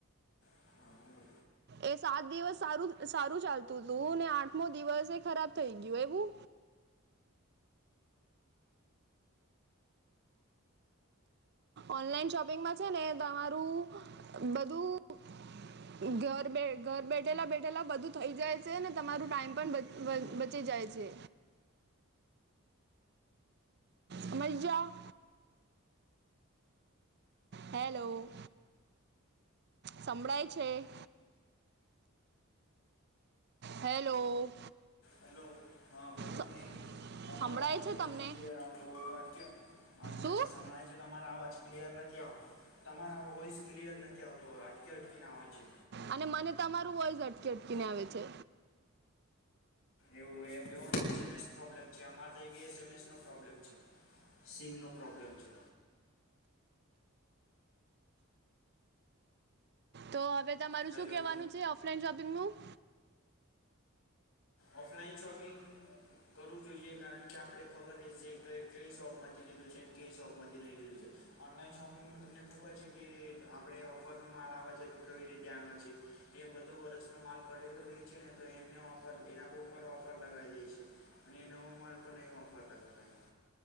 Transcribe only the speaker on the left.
હા બોલો
હેલો હા બોલો
ને તમારો
અવાજ
નથી
ક્લિયર આવતો અટકી અને પછી
સભળાજ અવાજ ક્લયર નથી આવતો તમારા વોઇસ ક્લિયર નથી આવતો હો અટકી અટકીને અવે છે.
એવું બેઓ ને એસ એમ જ પ્રોબ્લેમ છે અમારે એ બી એસએમએસ નો પ્રોબ્લેમ છે. સીમનો પ્રોબ્લેમ છે.
હેલો
ઓફલાઈન શોપિંગ, કરવું જોઈએ કારણ કે આપણે ખબર છે કઈ શોપ માંથી લીધું છે કઈ શોપ માંથી નઈ લીધું છે. ઓનલાઈન શોપિંગમાં તમને ખબર છે કે આપણે ઓફરનો માલ આવે છે તો કેવી રીતે આવે છે. જે બધો વર્ષનો માલ પડેલો રહે છે ને તો એમને ઓફર, એના ઉપર ઓફર લગાવી દે છે અને એ નવો માલ પર નહીં ઓફર લગાવતા.